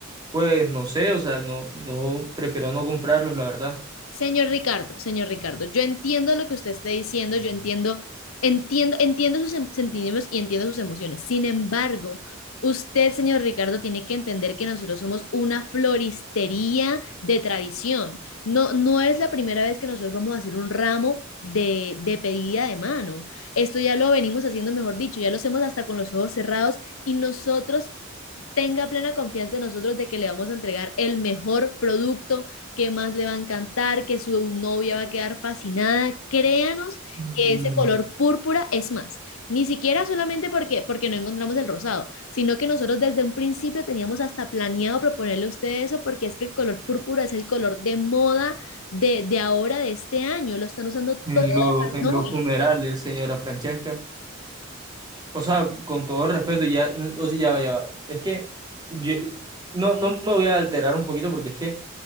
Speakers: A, on the right (about 20°); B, on the left (about 75°).
A: pues no sé, o sea, no, no, prefiero no comprarlos, la verdad.
B: Señor Ricardo, señor Ricardo, yo entiendo lo que usted está diciendo, yo entiendo, entiendo, entiendo sus em- sentimientos y entiendo sus emociones. Sin embargo, usted, señor Ricardo, tiene que entender que nosotros somos una floristería de tradición. No, no es la primera vez que nosotros vamos a hacer un ramo de, de pedida de mano. Esto ya lo venimos haciendo, mejor dicho, ya lo hacemos hasta con los ojos cerrados y nosotros tenga plena confianza en nosotros de que le vamos a entregar el mejor producto qué más le va a encantar, que su novia va a quedar fascinada. Créanos
A: Mm,
B: que ese color púrpura es más, ni siquiera solamente porque, porque no encontramos el rosado, sino que nosotros desde un principio teníamos hasta planeado proponerle a ustedes eso porque es que el color púrpura es el color de moda de, de ahora, de este año, lo están usando
A: En
B: todas
A: lo,
B: las
A: en
B: novias.
A: los funerales, señora Francesca. O sea, con todo respeto, ya, o sea, ya va, ya va. Es que yo- no, no me voy a alterar un poquito porque es que